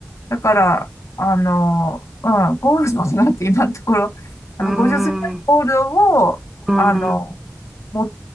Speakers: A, on the left; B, in the centre.
A: だから、あの、うん、ゴールドなんて今のところ、あの、
B: うん。
A: 50過ぎたゴールドを、
B: うん。
A: あの、も、